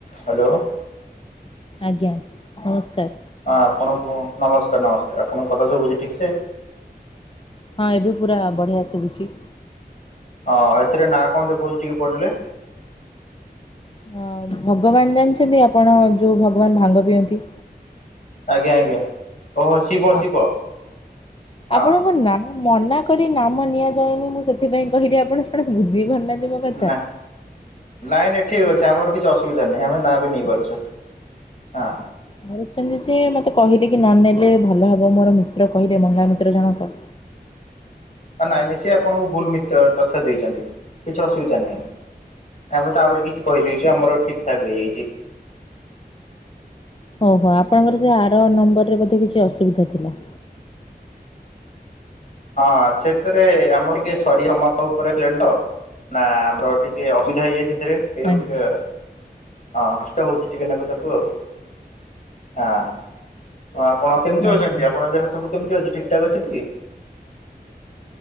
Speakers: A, on the left; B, on the left.
A: Hello.
B: ଆଜ୍ଞା ନମସ୍କାର।
A: ହଁ ଆପଣଙ୍କୁ ନମସ୍କାର ନମସ୍କାର ଆପଣଙ୍କ କଥା ସବୁ ସୁବୁଛି ଠିକ ସେ?
B: ହଁ ଏବେ ପୁରା ବଢ଼ିଆ ଶୁଭୁଛି।
A: ହଁଏଥିରେ ନାଁ କଣ ଦେଖଉଚି ଟିକେ ପଢିଲେ?
B: ହଁ ଭଗବାନ ଜାଣିଛନ୍ତି ଆପଣ ଯୋଉ ଭଗବାନ ଭାଙ୍ଗ ପିଅନ୍ତି।
A: ଆଜ୍ଞା ଆଜ୍ଞା ଓହୋ ଶିବ
B: ହଁ
A: ଶିବ ହଁ।
B: ଆପଣଙ୍କ ନାମ ମନା କରି ନାମ ନିଆଯାଏନି ମୁଁ ସେଥିପାଇଁ କହିଲି ଆପଣ କଣ ବୁଝିପାରୁନାହାନ୍ତି ମୋ କଥା।
A: ନା। ନାଇଁ ନାଇଁ ଠିକ୍ ଅଛି ଆମର କିଛି ଅସୁବିଧା ନାହିଁ ଆମେ ନାଁ ବି ନେଇପାରୁଛୁ ହଁ।
B: ମୁଁ ଛନ୍ତି ଯେ ମତେ କହିଲେ କି ନନେଲେ ଭଲ ହବ ମୋର ମିତ୍ର କହିଲେ ମହିଳା ମିତ୍ର ଜଣକ
A: ନାଇଁ ନାଇଁ ସେ ଆପଣଙ୍କୁ ଭୁଲ ମିତ୍ର ତଥ୍ୟ ଦେଇଛନ୍ତି କିଛି ଅସୁବିଧା ନାଇଁ। ଆ ପରେତ ଆହୁରି କିଛି କହିଦେଇଚୁ ଆମର ଠିକ ଠାକ ହେଇଯାଇଚି।
B: ଓହ ଆପଣଙ୍କର ସେ ଆର ନମ୍ବରରେ ବୋଧେ କିଛି ଅସୁବିଧା ଥିଲା।
A: ହଁ ସେଥିରେ ଆମର କିଏ ସରିର ମାପ ଉପରେ ଆସିଲାନି ତ। ନା ଆମର ଟିକେ ଅସୁବିଧା ହେଇଯାଏ ସେଥେରେ ଏଇଗୁ
B: ଆଜ୍ଞା
A: ଟିକେ ହଁ କଷ୍ଟ ହଉଛି ଟିକେ ନାକୁ ତାକୁ ଆଉ ହ ତେଣୁ ଆପଣ କେମିତି
B: ଆଜ୍ଞା।
A: ଅଛନ୍ତି ଆପଣଙ୍କ ଦେହ ସବୁ କେମିତି ଅଛି ଠିକଠାକ୍ ଅଛି ଟୀ?